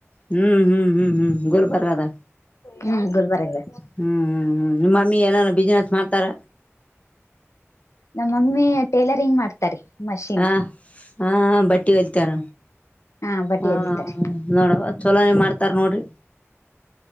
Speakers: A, on the left; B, on the left.
A: ಹ್ಮ್ ಹ್ಮ್ ಹ್ಮ್ ಹ್ಮ್ ಗೋಲ್ಬರ್ದ.
B: ಹ್ಮ್ ಗುಲ್ಬರ್ಗ
A: ಹ್ಮ್ ಹ್ಮ್ ಹ್ಮ್ ನಿಮ್ ಮಮ್ಮಿ ಎನಾನ ಬ್ಯುಸಿನೆಸ್ ಮಾಡ್ತಾರ.
B: ನಮ್ಮ ಮಮ್ಮಿ ಟೇಲರಿಂಗ್ ಮಾಡ್ತಾರಿ. ಮಷಿನ್ದ
A: ಹ ಹಾ ಹ ಬಟ್ಟಿ ಹೋಲಿತರ
B: ಹಾ ಬಟ್ಟಿ
A: ಹ
B: ಹೊಲಿತಾರಿ
A: ಹ ಹ ನೋಡವ. <unintelligible> ಮಾಡ್ತಾರ ನೋಡ್ರಿ.